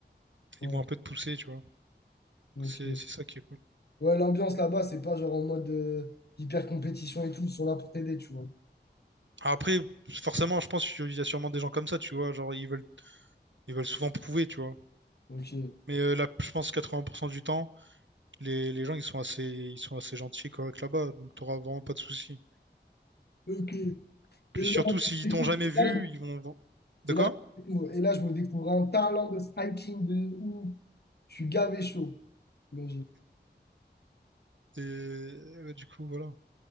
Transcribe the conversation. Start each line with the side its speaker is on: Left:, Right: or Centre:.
Left: ouais,
Right: ils vont un peu te pousser, tu vois.
Left: ok.
Right: C'est c'est ça qui est cool.
Left: Ouais, l'ambiance là-bas, c'est pas genre en mode euh, hyper compétition et tout, ils sont là pour t'aider, tu vois.
Right: Après, forcément, je pense qu'il y a sûrement des gens comme ça, tu vois, genre ils veulent ils veulent souvent prouver, tu vois.
Left: Ok.
Right: Mais euh, là, je pense 80% du temps, les, les gens ils sont assez ils sont assez gentils et corrects là-bas, donc t'auras vraiment pas de soucis.
Left: Ok.
Right: Puis
Left: Et
Right: surtout s'ils t'ont jamais vu,
Left: là,
Right: ils vont De
Left: et là,
Right: quoi?
Left: je découvre- et là, je me découvre un talent de striking de ouf. Je suis gavé chaud. Mais j'ai-
Right: Et euh, du coup, voilà.